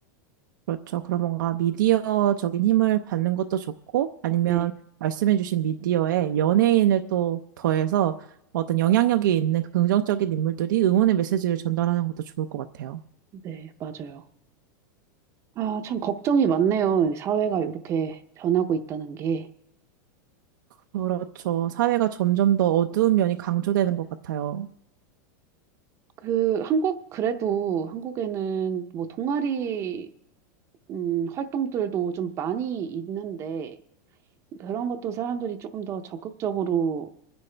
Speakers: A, on the right; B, on the right.
A: 그렇죠. 그럼 뭔가 미디어적인 힘을 받는 것도 좋고, 아니면
B: 네,
A: 말씀해 주신 미디어에 연예인을 또 더해서 어떤 영향력이 있는 긍정적인 인물들이 응원의 메시지를 전달하는 것도 좋을 것 같아요.
B: 네, 맞아요. 아, 참 걱정이 많네요. 이 사회가 이렇게 변하고 있다는 게.
A: 그렇죠. 사회가 점점 더 어두운 면이 강조되는 것 같아요.
B: 그, 한국, 그래도 한국에는 뭐 동아리, 음, 활동들도 좀 많이 있는데, 그런 것도 사람들이 조금 더 적극적으로